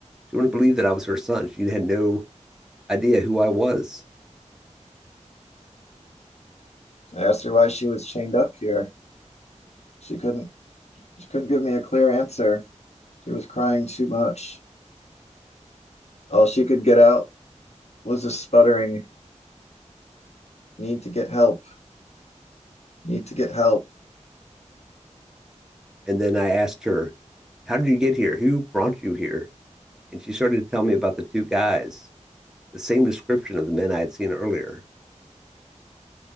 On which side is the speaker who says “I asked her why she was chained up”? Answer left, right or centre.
Left